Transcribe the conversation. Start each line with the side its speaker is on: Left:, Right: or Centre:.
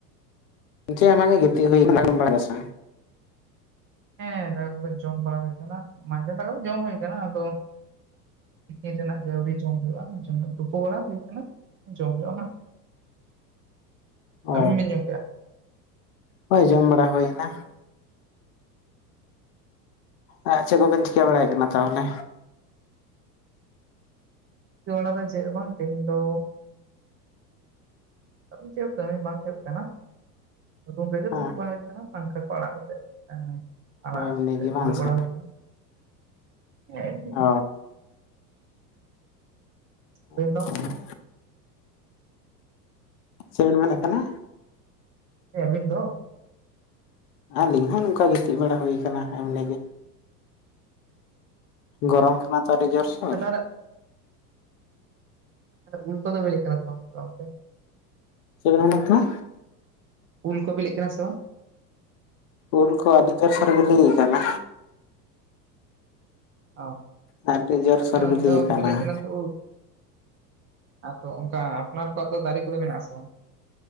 Left: ᱪᱮᱫ ᱦᱚᱸ ᱵᱟᱝ ᱜᱮᱫ ᱜᱤᱛᱤᱡ ᱦᱩᱭ <unintelligible> ᱵᱟᱭ ᱨᱮ ᱥᱮᱜ
Right: ᱦᱮᱸ ᱫᱟᱠᱟ ᱠᱚᱫᱚ ᱡᱚᱢ ᱵᱟᱲᱟ ᱦᱩᱭ ᱟᱠᱟᱱᱟ, ᱢᱟᱡᱟᱱ ᱫᱟᱠᱟ ᱫᱚ ᱡᱚᱢ ᱦᱩᱭ ᱟᱠᱟᱱᱟ ᱟᱫᱚ ᱛᱤᱠᱤ ᱨᱮᱱᱟᱜ ᱜᱟᱹᱣᱨᱤ ᱡᱚᱢ ᱦᱩᱭᱩᱜᱼᱟ, ᱡᱚᱢ ᱛᱩᱯᱩ ᱵᱟᱲᱟ ᱦᱩᱭ ᱟᱠᱟᱱᱟ ᱡᱚᱢ ᱦᱩᱭᱩᱜᱼᱟ ᱦᱟᱸᱜ᱾ ᱟᱵᱮᱱ
Left: ᱚ
Right: ᱵᱤᱱ ᱡᱚᱢ ᱠᱮᱜᱼᱟ?
Left: ᱦᱳᱭ ᱡᱚᱢ ᱵᱟᱲᱟ ᱦᱩᱭᱮᱱᱟ᱾ ᱟ ᱪᱮᱫ ᱠᱚᱵᱮᱱ ᱪᱤᱠᱟᱹ ᱵᱟᱲᱟᱭᱮᱫ ᱠᱟᱱᱟ ᱛᱟᱦᱚᱞᱮ?
Right: ᱪᱤᱠᱟᱹ ᱵᱟᱲᱟ ᱫᱚ ᱪᱮᱫ ᱵᱟᱝ ᱛᱮᱦᱮᱧ ᱫᱚ ᱠᱟᱹᱢᱤ ᱪᱮᱫ ᱠᱟᱹᱢᱤ ᱵᱟᱝ ᱦᱩᱭᱩᱜ ᱠᱟᱱᱟ, ᱥᱩᱫᱷᱩᱢ ᱨᱮᱜᱮ
Left: ᱦᱮᱸ
Right: ᱫᱩᱲᱩᱵ ᱵᱟᱝ ᱦᱩᱭ ᱠᱟᱱᱟ ᱯᱟᱝᱠᱷᱟ ᱠᱚ ᱟᱲᱟᱜ ᱠᱟᱛᱮᱜ ᱮᱸᱻ ᱟᱲᱟᱜ
Left: ᱮᱢᱱᱤ ᱜᱮ ᱵᱟᱝ
Right: ᱫᱩᱲᱩᱵ
Left: ᱥᱮ
Right: ᱵᱟᱲᱟ ᱦᱩᱭ ᱠᱟᱱᱟ ᱦᱮᱸ <unintelligible>
Left: ᱚ <unintelligible>
Right: ᱟᱹᱵᱤᱱ ᱫᱚ
Left: ᱪᱮᱫᱵᱤᱱ ᱢᱮᱱᱮᱫ ᱛᱟᱦᱮᱱᱟ?
Right: ᱟᱵᱤᱱ ᱫᱚ
Left: ᱟᱹᱞᱤᱧ ᱦᱚᱸ ᱱᱚᱝᱠᱟ ᱜᱮ ᱜᱤᱛᱤᱡ ᱵᱟᱲᱟ ᱦᱩᱭ ᱠᱟᱱᱟ ᱮᱢᱱᱤ ᱜᱮ, ᱜᱚᱨᱚᱢ ᱠᱟᱱᱟ ᱛᱚ ᱟᱹᱰᱤ ᱡᱳᱨᱼᱥᱳᱨ,
Right: ᱛᱟᱦᱚᱞᱮ ᱟᱫᱚ ᱩᱞ ᱠᱚᱫᱚ ᱵᱮᱞᱮᱜ ᱠᱟᱱᱟ ᱥᱮ ᱵᱟᱝ ᱟᱯᱮ ᱚᱱᱛᱮ?
Left: ᱪᱮᱫ ᱵᱮᱱ ᱢᱮᱱᱮᱫ ᱛᱟᱦᱮᱸᱱᱟ?
Right: ᱩᱞ ᱠᱚ ᱵᱤᱞᱤᱜ ᱠᱟᱱᱟ ᱥᱮ ᱵᱟᱝ?
Left: ᱩᱞ ᱠᱚ ᱟᱹᱰᱤ ᱡᱳᱨᱼᱥᱳᱨ ᱵᱤᱞᱤ ᱠᱟᱱᱟ᱾
Right: ᱚ,
Left: ᱟᱹᱰᱤ ᱡᱳᱨᱥᱳᱨ
Right: ᱟᱞᱮ
Left: ᱵᱤᱞᱤ
Right: ᱱᱚᱛᱮ ᱦᱚᱸ
Left: ᱟᱠᱟᱱᱟ
Right: ᱵᱤᱞᱤᱜ ᱠᱟᱱᱟ ᱛᱚ ᱩᱞ᱾ ᱟᱫᱚ ᱚᱱᱠᱟ ᱟᱯᱱᱟᱨ ᱠᱚᱣᱟᱜ ᱫᱚ ᱫᱟᱨᱮ ᱠᱚᱫᱚ ᱢᱮᱱᱟᱜ ᱟᱥᱮ ᱵᱟᱝ?